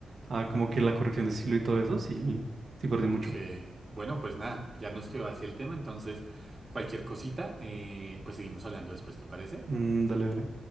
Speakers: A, on the right; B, on the right.
A: a como que la corrección de estilo y todo eso. Sí, sí, perdí
B: ok.
A: mucho.
B: Bueno, pues nada, ya nos quedó así el tema. Entonces, cualquier cosita, eh, pues seguimos hablando después, ¿te parece?
A: Mm, dale, dale.